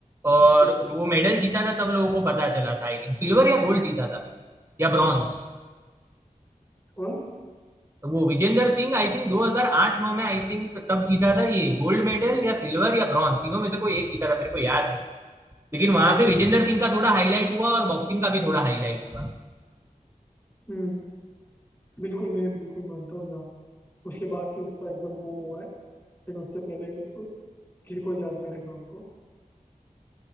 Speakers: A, on the right; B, on the left.
A: और
B: बिल्कुल
A: वो मेडल जीता था तब लोगों को पता चला था आई थिंक सिल्वर या गोल्ड जीता था या ब्रॉन्ज
B: और
A: वो विजेंदर सिंह आई थिंक 2008-9 में आई थिंक तब जीता था ये गोल्ड मेडल या सिल्वर या ब्रॉन्ज तीनों में से कोई एक जीता था मेरे को याद नहीं लेकिन
B: शायद
A: वहां से विजेंदर सिंह का थोड़ा हाईलाइट हुआ और बॉक्सिंग का भी थोड़ा हाईलाइट हुआ
B: हम्म बिल्कुल मैं बिल्कुल मानता हूँ यार उसके बाद से उसका एकदम बूम हुआ है लेकिन उससे पहले उ- किसी कोई जानता नहीं था उनको